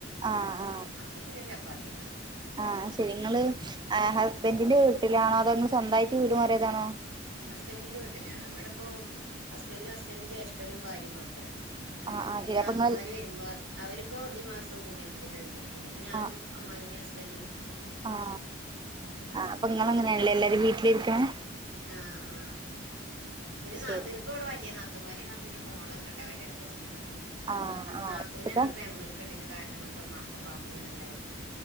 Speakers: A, on the right; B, on the right.
A: ആഹ് ആഹ്
B: അപ്പൊ പിന്നെ ചപ്പാത്തിണ്ടാക്കും
A: ആഹ് അയ്ശരി നിങ്ങള് ഏഹ് ഹസ്ബൻഡിന്റെ വീട്ടിലാണോ അതോ ങ്ങള് സ്വന്തായിട്ട് വീട് മാറിയതാണോ
B: ഹസ്ബൻന്റെ വീട്ടിലാണ് ഇവിടപ്പോ ഹസ്ബൻന്റും ഹസ്ബൻഡന്റെ ജ്യേഷ്ഠനും ഭാരിം മാത്രള്ളൂ
A: ആ ആ
B: പിന്നെ
A: ശരി
B: നാത്തൂമാര്
A: അപ്പൊ ഇങ്ങള്
B: വരുമ്പോ. അവരിപ്പോ ഈ മാസം കുടിരിക്കല്ണ്ട് പിന്നെപ്പം ഞാനും
A: ആഹ്
B: അമ്മായമ്മിം ഹസ്ബൻന്റും
A: ആഹ് ആഹ് അപ്പൊങ്ങളങ്ങനെയാണ്ല്ലേ എല്ലാരും വീട്ടിലിരിക്കണ്
B: ആഹ് ആഹ് പിന്നെ
A: ശരി
B: നാത്തൂൻ ഇപ്പോ ഇവിടെ വല്ല നാത്തൂന്ണ്ട് വല്യ നാത്തൂന്റെ മോളെങ്ങട്ടാ കല്യാണം കഴിച്ചിട്ടുള്ളത്
A: ആഹ്
B: അത്
A: ആഹ്
B: നാത്തൂനെങ്ങട്ട്
A: ഇപ്പത്തെ
B: ബാംഗ്ലൂർക്ക് കെട്ടിച്ച കാരണം വിടുത്തെ മ്മാക്കു ഉപ്പാക്കും ഇങ്ങനെ ണ്ടായിരുന്നു